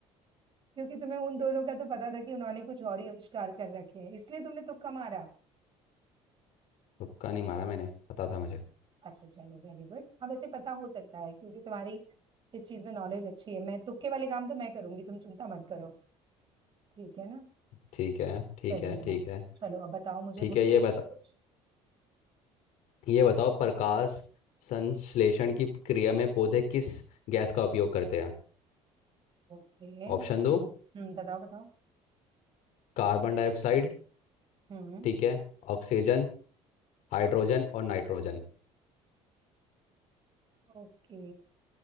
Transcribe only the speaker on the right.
क्योंकि तुम्हें उन दोनों का तो पता था कि उन्होंने कुछ और ही आविष्कार कर रखे हैं इसलिए तुमने तुक्का मारा
अच्छा चलो वेरी गुड हम ऐसे पता हो सकता है क्योंकि तुम्हारी इस चीज में नॉलेज अच्छी है मैं तुक्के वाले काम तो मैं करूंगी तुम चिंता मत करो ठीक है ना
सही
है
चलो अब बताओ मुझे
मुझसे
पूछो
कुछ
ओके हम्म
बताओ बताओ
हम्म
ओके